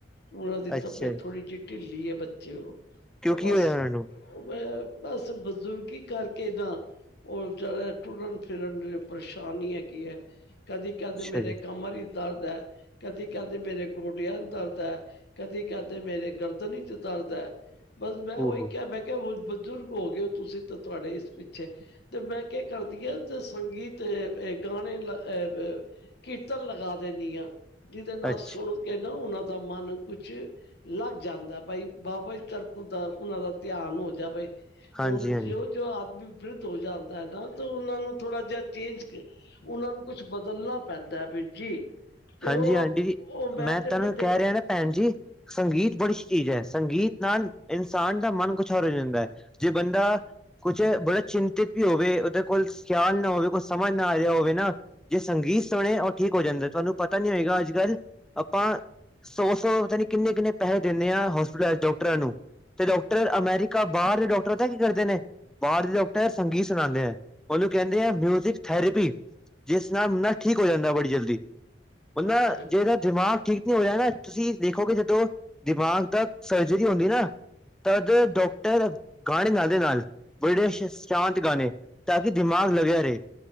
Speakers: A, on the left; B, in the centre.
A: ਉਹਨਾਂ ਦੀ
B: ਅੱਛਾ
A: ਤਬੀਅਤ
B: ਜੀ
A: ਥੋੜੀ ਜਿਹੀ ਢਿੱਲੀ ਹੈ ਬੱਚੇ ਉਹ
B: ਕਿਉਂ
A: ਉਹ
B: ਕੀ
A: ਬਸ
B: ਹੋਇਆ ਉਹਨਾਂ ਨੂੰ
A: ਮੈਂ ਬਸ ਬਜ਼ੁਰਗੀ ਕਰਕੇ ਨਾ ਉਹ ਵਚਾਰੇ ਟੁਰਨ ਫਿਰਨਚ ਪਰੇਸ਼ਾਨੀ ਹੈਗੀ ਹੈ ਕਦੀ ਕਹਿੰਦੇ
B: ਅੱਛਾ
A: ਨੇ ਮੇਰੇ
B: ਜੀ
A: ਕਮਰ ਹੀ ਦਰਦ ਐ ਕਦੀ ਕਹਿੰਦੇ ਮੇਰੇ ਗੋਡਿਆਂ ਨੂੰ ਦਰਦ ਐ ਕਦੀ ਕਹਿੰਦੇ ਮੇਰੇ ਗਰ <unintelligible> ਚ ਦਰਦ ਐ <unintelligible> ਬਸ ਮੈਂ
B: ਓਹੋ
A: ਉਹੀ ਕਿਹਾ ਮੈਂ ਕਿਹਾ ਕੇ ਬਜ਼ੁਰਗ ਹੋ ਗਏ ਹੋ ਤੁਸੀਂ ਤਾਂ ਤੁਹਾਡੇ ਇਸ ਪਿੱਛੇ ਤੇ ਮੈਂ ਕੇ ਕਰਦੀ ਆਂ ਸੰਗੀਤ ਗਾਣੇ ਲ ਕੀਰਤਨ ਲਗਾ ਦਿਨੀ ਆਂ ਜਿਹਦੇ ਨਾਲ
B: ਅੱਛਾ
A: ਸੁਣ ਕੇ ਨਾ ਉਹਨਾਂ ਦਾ ਮਨ ਕੁਛ ਲੱਗ ਜਾਂਦਾ ਬਾਈ <unintelligible> ਉਹਨਾਂ ਦਾ ਧਿਆਨ ਹੋ ਜਾਵੇ।
B: ਹਾਂਜੀ
A: ਹੁਣ
B: ਹਾਂਜੀ
A: ਜੋ ਜੋ ਆਦਮੀ ਬਿਰਧ ਹੋ ਜਾਂਦਾ ਹੈ ਨਾ ਉਹਨਾ ਨੂੰ ਥੋੜਾ ਜਿਹਾ ਚੇਂਜ ਉਹਨਾਂ ਨੂੰ ਕੁਛ ਬਦਲਣਾ ਪੈਂਦਾ ਐ ਵੀਰ ਜੀ। ਤੇ
B: ਹਾਂਜੀ
A: ਉਹ
B: ਅੰਟੀ ਜੀ
A: ਉਹ
B: ਮੈਂ ਤੁਹਾਨੂੰ
A: ਤੇ ਫਿਰ ਦੇਖ
B: ਕਹਿ ਰਿਹਾ ਨਾ ਭੈਣ ਜੀ। ਸੰਗੀਤ ਬੜੀ ਚੀਜ਼ ਹੈ ਸੰਗੀਤ ਨਾਲ ਇਨਸਾਨ ਦਾ ਮਨ ਕੁਛ ਹੋਰ ਹੋ ਜਾਂਦਾ ਹੈ। ਜੇ ਬੰਦਾ ਕੁਛ ਬੜਾ ਚਿੰਤਿਤ ਵੀ ਹੋਵੇ ਉਹਦੇ ਕੋਲ ਖਿਆਲ ਨਾ ਹੋਵੇ ਕੁਛ ਸਮਝ ਨਾ ਆ ਰਿਹਾ ਹੋਵੇ ਨਾ ਜੇ ਸੰਗੀਤ ਸੁਣੇ ਉਹ ਠੀਕ ਹੋ ਜਾਂਦਾ ਤੁਹਾਨੂੰ ਪਤਾ ਨਹੀਂ ਹੋਏਗਾ ਅੱਜ ਕੱਲ੍ਹ ਆਪਾਂ ਸੌ-ਸੌ ਪਤਾ ਨੀ ਕਿੰਨੇ-ਕਿੰਨੇ ਪੈਸੇ ਦਿੰਦੇ ਆ ਹੋਸਪਿਟਲ ਚ ਡਾਕਟਰਾਂ ਨੂੰ। ਤੇ ਡਾਕਟਰ ਅਮੇਰੀਕਾ ਬਾਹਰ ਦੇ ਡਾਕਟਰ ਪਤਾ ਕੀ ਕਰਦੇ ਨੇ ਬਾਹਰ ਦੇ ਡਾਕਟਰ ਸੰਗੀਤ ਸੁਣਾਉਂਦੇ ਐ ਉਹਨੂੰ ਕਹਿੰਦੇ ਆ ਮਿਊਜਿਕ ਥੈਰੇਪੀ ਜਿਸ ਨਾਲ ਨਾ ਠੀਕ ਹੋ ਜਾਂਦਾ ਬੜੀ ਜਲਦੀ। ਉਹ ਨਾ
A: ਅੱਛਾ ਜੀ
B: ਜੇ <unintelligible> ਠੀਕ ਨੀ ਹੋਇਆ ਜਾ ਨਾ ਤੁਸੀਂ ਦੇਖੋਗੇ ਜਦੋਂ ਦਿਮਾਗ ਦਾ ਸਰਜਰੀ ਹੁੰਦੀ ਨਾ ਤਦ ਡਾਕਟਰ ਗਾਣੇ ਗਾਂਦੇ ਨਾਲ ਬੜੇ ਸ਼ਾਂਤ ਗਾਣੇ ਤਾਂ ਕਿ ਦਿਮਾਗ ਲੱਗਿਆ ਰਹੇ।